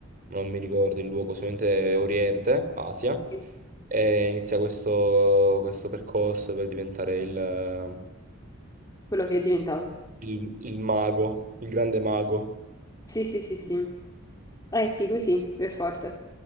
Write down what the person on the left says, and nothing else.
capito
quello che è diventato.
Sì, sì, sì, sì. Eh sì, lui sì, lui è forte.